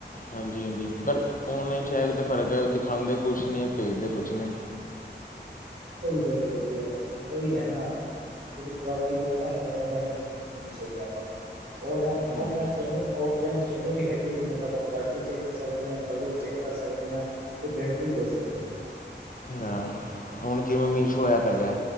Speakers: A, on the left; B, on the right.
A: ਹਾਂਜੀ- ਹਾਂਜੀ, ਪਰ ਔਨਲਾਈਨ 'ਚ ਵੀ ਤਾਂ ਫਰਕ ਐ, ਦਿਖਾਉਂਦੇ ਕੁਛ ਨੇ ਭੇਜਦੇ ਕੁਛ ਨੇ।
B: ਉਹ ਵੀ ਗੱਲ ਥੋੜੀ ਸਹੀ ਐ, ਮਤਲਬ ਹੀ ਹੈ ਨਾ। ਜਿਹੜੀ ਕੁਆਲਟੀ ਇਨ੍ਹਾਂ ਆਪਾਂ ਨੂੰ। <unintelligible> ਓਨਲਾਈਨ,
A: ਹਾਂ
B: ਔਫਲਾਈਨ ਚ' ਔਫਲਾਈਨ ਚ' ਇਹਵੇ ਵੀ ਹੈਗੇ, ਮਤਲਬ ਆਪਾਂ ਕੁਆਲਿਟੀ ਵੀ ਚੈੱਕ ਕਰ ਸਕਦੇ ਹਾਂ। ਕਲਰ ਵੀ ਚੈਕ। ਕਰ ਸਕਦੇ ਆ। ਤੇ ਗਰੰਟੀ ਵੀ ਲੈ ਸਕਦੇ ਆ।
A: ਨਾ। ਹੁਣ ਜਿਵੇਂ ਮੀਸ਼ੋ ਐਪ ਹੈਗਾ।